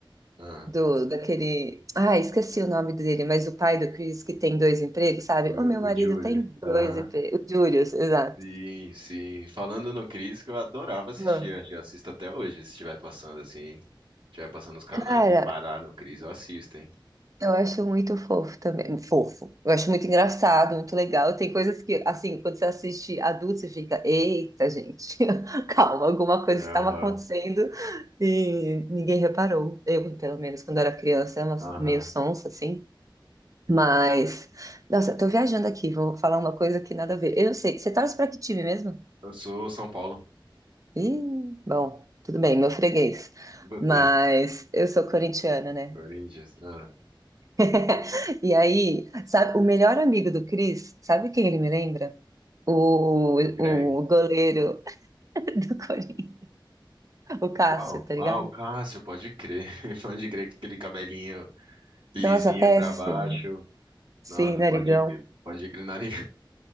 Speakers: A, on the right; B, on the right.
A: Ah,
B: do daquele. Ah, esqueci o nome dele, mas o pai do Chris que tem dois empregos, sabe?
A: o,
B: O meu marido
A: o Julius,
B: tem dois
A: aham.
B: empregos. O Julius, exato.
A: Sim, sim. Falando no Cris, que eu adorava assistir.
B: Ah.
A: Acho que Eu assisto até hoje, se estiver passando assim. hein? Se estiver passando nos canais
B: Cara,
A: e parar no Cris, eu assisto, hein?
B: Eu acho muito fofo também. Fofo. Eu acho muito engraçado, muito legal. Tem coisas que, assim, quando você assiste adulto, você fica, eita, gente, <laughs> calma, alguma coisa
A: Aham,
B: estava acontecendo e ninguém reparou. Eu, pelo menos, quando era criança, era
A: aham.
B: meio sonsa, assim. Mas, nossa, tô viajando aqui, vou falar uma coisa que nada a ver. Eu não sei, você torce pra que time mesmo?
A: Eu sou São Paulo.
B: Ih, bom, tudo bem,
A: <laughs>
B: meu freguês.
A: E Você,
B: Mas eu sou corintiana, né?
A: Corinthians. Ah,
B: <laughs> E aí, sabe, o melhor amigo do Chris, sabe quem ele me lembra? O,
A: o, o Greg.
B: o goleiro <laughs> do Corinthians, o Cássio,
A: Qual?
B: tá ligado?
A: Ah, o Cássio, pode crer. <laughs> Pode crer que aquele cabelinho lisinho
B: Nossa, péssimo.
A: pra baixo.
B: Sim,
A: Nossa,
B: narigão.
A: pode, crer, pode crer, nariz.